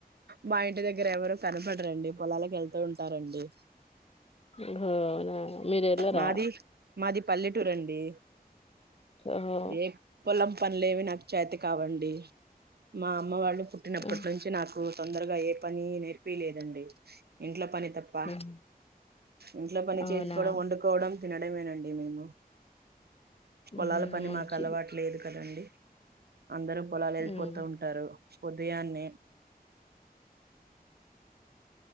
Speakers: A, on the right (about 80°); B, on the left (about 40°).
A: మా ఇంటి దగ్గర ఎవరు కనపడరండి పొలాలకు వెళ్తూ ఉంటారండి
B: ఒహో అవునా మీరెళ్ళరా?
A: మాది మాది పల్లెటూరు అండి
B: ఓహో!
A: ఏ పొలం పనులేవి నాకు చేత కావండి మా అమ్మ వాళ్ళు పుట్టినప్పటి
B: హ్మ్.
A: నుంచి నాకు తొందరగా ఏ పని నేర్పియ్య లేదండి ఇంట్లో పని తప్ప
B: హ్మ్.
A: ఇంట్లో పని
B: అవునా?
A: చేసుకోవడం వొండు కోడం తినడమేనండి మేము
B: హుహు.
A: పొలాల పని
B: మంచిది.
A: మాకు అలవాటు లేదు కదా అండి అందరూ పొలాలు వెళ్ళిపోతూ
B: హ్మ్.
A: ఉంటారు ఉదయాన్నే